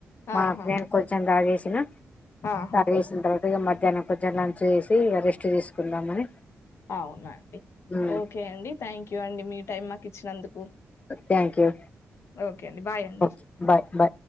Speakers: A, on the left; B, on the left.
A: మా
B: ఆహా
A: నేను కొంచెం తాగేసిన
B: ఆహా
A: సాగేసిన తర్వాత ఇగ మధ్యాహ్నం కొంచెం లంచ్ చేసి ఇగ రెస్ట్ తీసుకుందామని
B: అవునా అండి
A: ఉమ్
B: ఓకే అండి థ్యాంక్ యూ అండి మీ టైమ్ మాకు ఇచ్చినందుకు
A: థ్యాంక్ యూ
B: ఓకే అండి బాయ్ అండి
A: ఓకే బాయ్ బాయ్